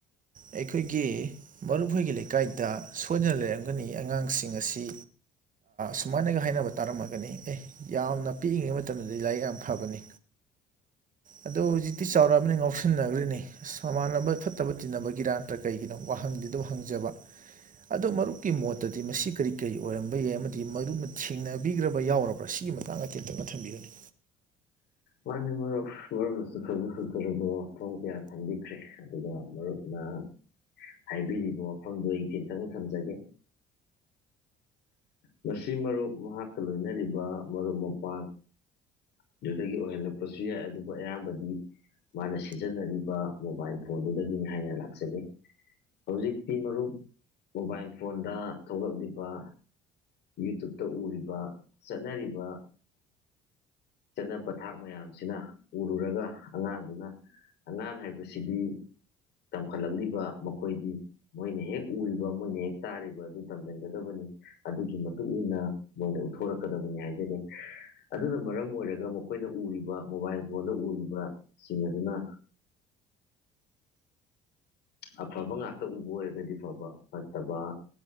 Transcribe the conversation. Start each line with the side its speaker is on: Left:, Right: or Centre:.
Right: ꯑꯩꯈꯣꯏꯒꯤ ꯃꯔꯨꯞꯍꯣꯏꯒꯤ ꯂꯩꯀꯥꯏꯗ ꯁꯣꯏꯗꯅ ꯂꯩꯔꯝꯒꯅꯤ ꯑꯉꯥꯡꯁꯤꯡ ꯑꯁꯤ ꯁꯨꯃꯥꯏꯅꯒ ꯍꯥꯏꯅꯕ ꯇꯥꯔꯝꯃꯒꯅꯤ ꯑꯦ ꯌꯥꯝꯅ ꯄꯤꯛꯏꯉꯩ ꯃꯇꯝꯗꯗꯤ ꯂꯥꯏꯔꯤꯛ ꯌꯥꯝ ꯐꯒꯅꯤ ꯑꯗꯣ ꯍꯧꯖꯤꯛꯇꯤ ꯆꯥꯎꯔꯛꯑꯕꯅꯤ ꯉꯥꯎꯁꯟꯅꯈ꯭ꯔꯤꯅꯤ ꯃꯃꯥꯟꯅꯕ ꯐꯠꯇꯕ ꯇꯤꯟꯅꯕꯒꯤꯔꯥ ꯅꯠꯇ꯭ꯔ ꯀꯩꯒꯤꯅꯣ ꯋꯥꯍꯪꯗꯤ ꯑꯗꯨꯣ ꯍꯪꯖꯕ ꯑꯗꯣ ꯃꯔꯨꯞꯀꯤ ꯃꯣꯠꯇꯗꯤ ꯃꯁꯤ ꯀꯔꯤ ꯀꯔꯤ ꯑꯣꯏꯔꯝꯕ ꯌꯥꯏ ꯑꯃꯗꯤ ꯃꯔꯨꯞꯅ ꯊꯦꯡꯅꯕꯤꯈ꯭ꯔꯕ ꯌꯥꯎꯔꯕ꯭ꯔꯥ ꯁꯤꯒꯤ ꯃꯇꯥꯡꯗ ꯇꯦꯟꯇꯛꯅ ꯊꯝꯕꯤꯌꯨꯅꯤ
Left: ꯃꯥꯅꯦ ꯃꯔꯨꯞ ꯃꯔꯨꯞꯅꯁꯨ ꯐꯖ ꯐꯖꯨꯔꯕ ꯋꯥꯐꯝ ꯀꯌꯥ ꯊꯝꯕꯤꯈ꯭ꯔꯦ ꯑꯗꯨꯒ ꯃꯔꯨꯞꯅ ꯍꯥꯏꯕꯤꯔꯤꯕ ꯋꯥꯐꯝꯗꯣ ꯏꯊꯦꯟꯇꯪ ꯊꯝꯖꯒꯦ ꯉꯁꯤ ꯃꯔꯨꯞ ꯃꯍꯥꯛꯀ ꯂꯣꯏꯅꯔꯤꯕ ꯃꯔꯨꯞ ꯃꯄꯥꯡꯗꯨꯗꯒꯤ ꯑꯣꯏꯍꯜꯂꯛꯄꯁꯨ ꯌꯥꯏ ꯑꯗꯨꯕꯨ ꯑꯌꯥꯝꯕꯗꯤ ꯃꯥꯅ ꯁꯤꯖꯤꯟꯅꯔꯤꯕ ꯃꯣꯕꯥꯏꯜ ꯐꯣꯟꯗꯨꯗꯒꯤꯅꯤ ꯍꯥꯏꯅ ꯂꯥꯛꯆꯒꯦ ꯍꯧꯖꯤꯛꯇꯤ ꯃꯔꯨꯞ ꯃꯣꯕꯥꯏꯜ ꯐꯣꯟꯗ ꯊꯣꯛꯂꯛꯂꯤꯕ ꯌꯨꯇ꯭ꯌꯨꯨꯞꯇ ꯎꯔꯤꯕ ꯆꯠꯅꯔꯤꯕ ꯆꯠꯅ ꯄꯊꯥꯛ ꯃꯌꯥꯝꯁꯤꯅ ꯎꯔꯨꯔꯒ ꯑꯉꯥꯡꯗꯨꯅ ꯑꯉꯥꯡ ꯍꯥꯏꯕꯁꯤꯗꯤ ꯇꯝꯈꯠꯂꯛꯂꯤꯕ ꯃꯈꯣꯏꯗꯤ ꯃꯣꯏꯅ ꯍꯦꯛ ꯎꯔꯤꯕ ꯃꯣꯏꯅ ꯍꯦꯛ ꯇꯥꯔꯤꯕ ꯑꯗꯨ ꯇꯝꯁꯤꯟꯒꯗꯕꯅꯤ ꯑꯗꯨꯒꯤ ꯃꯇꯨꯡ ꯏꯟꯅ ꯃꯣꯏꯅ ꯎꯠꯊꯣꯔꯛꯀꯗꯕꯅꯤ ꯍꯥꯏꯖꯒꯦ ꯑꯗꯨꯅ ꯃꯔꯝ ꯑꯣꯏꯔꯒ ꯃꯈꯣꯏꯅ ꯎꯔꯤꯕ ꯃꯣꯕꯥꯏꯜ ꯐꯣꯟꯗ ꯎꯔꯤꯕꯁꯤꯡ ꯑꯗꯨꯅ ꯑꯐꯕ ꯉꯥꯛꯇ ꯎꯕ ꯑꯣꯏꯔꯒꯗꯤ ꯐꯕ ꯐꯠꯇꯕ